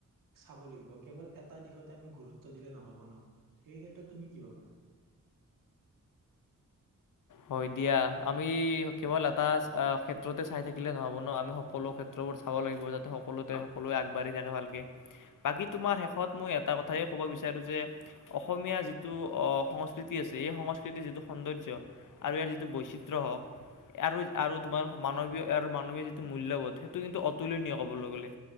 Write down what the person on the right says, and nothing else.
চাব লাগিব কেৱল এটা দিশতে আমি গুৰুত্ব দিলে নহ'ব ন সেই ক্ষেত্ৰত তুমি কি ভাবা।